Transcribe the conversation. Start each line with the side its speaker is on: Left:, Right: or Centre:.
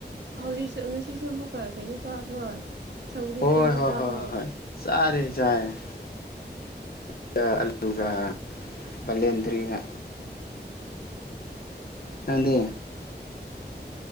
Right: ꯍꯧꯖꯤꯛꯁꯨ ꯉꯁꯤꯁꯨ ꯑꯃꯨꯛꯀ ꯀꯩꯅꯣ ꯆꯥꯕ꯭ꯔꯣ ꯁꯧꯒ꯭ꯔꯤ
Left: ꯍꯣꯏ
Right: ꯆꯝꯐꯨꯠ
Left: ꯍꯣꯏ
Right: ꯆꯥꯕ꯭ꯔꯣ
Left: ꯍꯣꯏ ꯍꯣꯏ ꯍꯣꯏ ꯆꯥꯔꯦ ꯆꯥꯌꯦ <unintelligible> ꯑꯜꯂꯨꯒ ꯕꯂꯦꯟꯗ꯭ꯔꯤꯒ ꯅꯪꯗꯤ